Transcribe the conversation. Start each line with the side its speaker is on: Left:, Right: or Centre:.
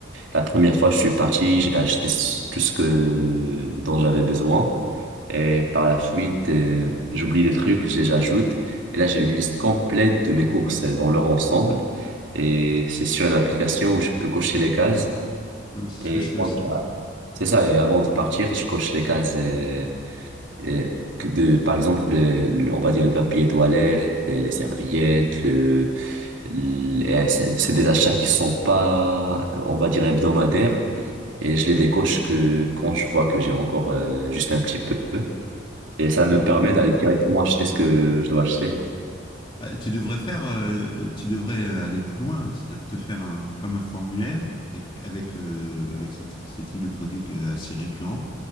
Right: la première fois que je suis parti, j'ai acheté s- tout ce que, dont j'avais besoin. Et par la suite, euh, j'oublie des trucs, je les ajoute. Et là, j'ai une liste complète de mes courses dans leur ensemble. Et c'est sur une application où je peux cocher les cases.
Left: Ouais, mais c'est ce
Right: Et
Left: que je fais
Right: quand
Left: aussi.
Right: je- c'est ça. Et avant de partir, je coche les cases euh, euh, que de, par exemple, le, le- on va dire le papier toilette, euh, les serviettes, L- et C'est c'est des achats qui sont pas, on va dire, hebdomadaires. Et je les décoche que quand je vois que j'ai encore euh, juste un petit peu. Et
Left: Ah, c'est
Right: ça
Left: bien.
Right: me permet d'aller directement acheter ce que je dois acheter.
Left: Ah, et tu devrais faire, euh, tu devrais euh, aller plus loin, c'est-à-dire te faire un, comme un formulaire avec, avec, euh, avec ce, ty- ce type de produit euh, assez récurrent.